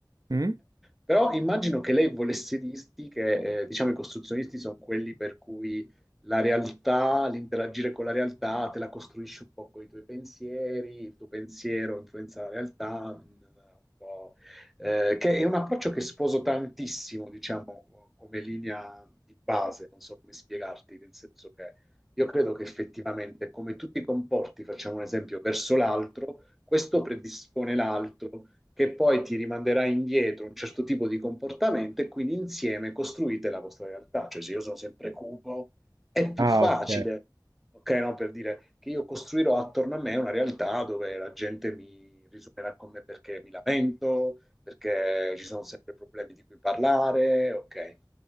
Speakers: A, on the right; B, in the centre.
A: Mm?
B: Però immagino che lei volesse dirti che, eh, diciamo, i costruzionisti sono quelli per cui la realtà, l'interagire con la realtà, te la costruisci un po' con i tuoi pensieri, il tuo pensiero influenza la realtà, mm, un po', eh, che è un approccio che sposo tantissimo, diciamo, come linea di base, non so come spiegarti, nel senso che io credo che effettivamente come tu ti comporti, facciamo un esempio, verso l'altro, questo predispone l'altro che poi ti rimanderà indietro un certo tipo di comportamento e quindi insieme costruite la vostra realtà. Cioè se io sono sempre cupo, è più
A: Ah,
B: facile,
A: ok,
B: ok? No? Per dire che io costruirò attorno a me una realtà dove la gente mi risuonerà con me perché mi lamento, perché ci sono sempre problemi di cui parlare, ok,